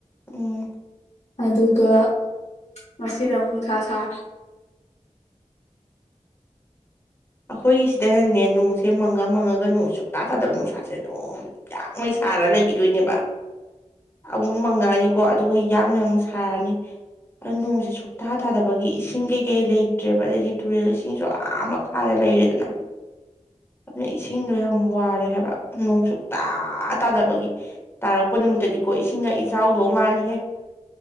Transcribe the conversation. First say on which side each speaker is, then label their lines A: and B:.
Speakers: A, on the left; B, on the left.
A: ꯎꯝ
B: ꯑꯗꯨꯒ ꯉꯁꯤꯅ ꯑꯃꯨꯛ ꯅꯨꯡꯁꯥ ꯁꯥꯔꯦ
A: ꯑꯩꯈꯣꯏꯒꯤ ꯁꯤꯗꯅꯅꯦ ꯅꯣꯡꯁꯦ ꯃꯪꯉ ꯃꯪꯉꯒ ꯅꯣꯡ ꯆꯨꯞꯇꯥꯥ ꯇꯥꯗꯕ ꯅꯨꯡꯁꯥꯁꯦ ꯑꯗꯨꯝ ꯌꯥꯛꯉꯩ ꯊꯥꯔ ꯂꯩꯈꯤꯗꯣꯏꯅꯦꯕ ꯑꯃꯨꯛ ꯃꯉꯥꯅꯤ ꯀꯣ ꯑꯗꯨꯒ ꯌꯥꯛꯉꯩ ꯑꯃꯨꯛ ꯁꯥꯔꯅꯤ ꯑ ꯅꯣꯡꯁꯦ ꯁꯨꯛꯇꯥ ꯊꯥꯗꯕꯒꯤ ꯏꯁꯤꯡ ꯀꯩꯀꯩ ꯂꯩꯇ꯭ꯔꯦꯕ ꯑꯗꯩꯗꯤ ꯇꯨꯔꯦꯜ ꯏꯁꯤꯡꯁꯨ ꯌꯥꯝ ꯈꯥꯔ ꯂꯩꯔꯦꯗꯅ ꯑꯗꯨꯗ ꯏꯁꯤꯡꯗꯣ ꯌꯥꯝ ꯋꯥꯔꯦ ꯍꯥꯏꯕ ꯅꯣꯡ ꯁ ꯇꯥ ꯇꯥꯗꯕꯒꯤ ꯇꯥꯔꯛꯄ ꯅꯨꯃꯤꯠꯇꯗꯤꯀꯣ ꯏꯁꯤꯡꯒ ꯏꯆꯥꯎꯗꯣ ꯃꯥꯜ ꯍꯦ